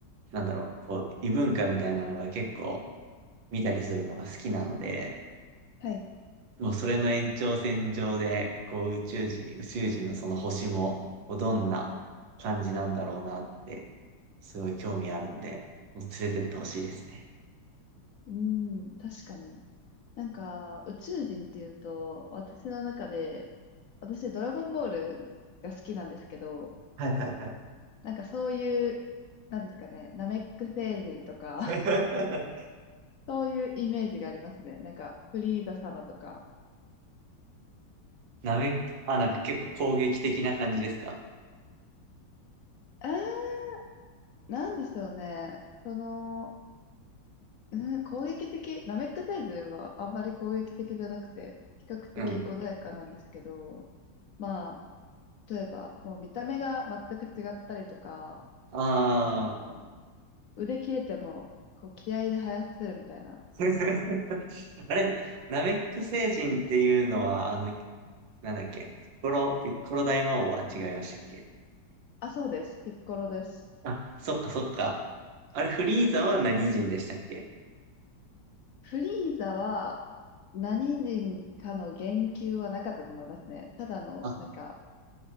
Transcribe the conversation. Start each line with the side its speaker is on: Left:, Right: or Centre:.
Right: なんだろう、こう、異文化みたいなのが結構見たりするのが好きなので、
Left: はい。
Right: もうそれの延長線上で、こう宇宙人、宇宙人のその星も、こうどんな感じなんだろうなって、すごい興味あるんで、もう連れてってほしいですね。
Left: うん、確かに。なんか、宇宙人っていうと、私の中で、私、ドラゴンボールが好きなんですけど、
Right: はいはいはい。
Left: なんかそういう、なんですかね、ナメック星人とか、
Right: <laughs>
Left: <laughs> そういうイメージがありますね。なんか、フリーザ様とか。
Right: なめ、あ、なんか結構攻撃的な感じですか
Left: あー、なんでしょうね。その、うん、攻撃的、ナメック星人はあんまり攻撃的じゃなくて、比較的穏やかなんですけど、
Right: うん。
Left: まあ、例えば、もう見た目が全く違ったりとか、
Right: ああ。
Left: その腕切れても、こう、気合で生やせるみたいな。
Right: <laughs> あれ、ナメック星人っていうのは、あの、なんだっけ、ピッコロ、ピッコロ大魔王は違いましたっけ
Left: あ、そうです。ピッコロです。
Right: あ、そっかそっか。あれ、フリーザは何人でしたっけ
Left: フリーザは、何人かの言及はなかったと思いますね。ただの、
Right: あ、
Left: なんか、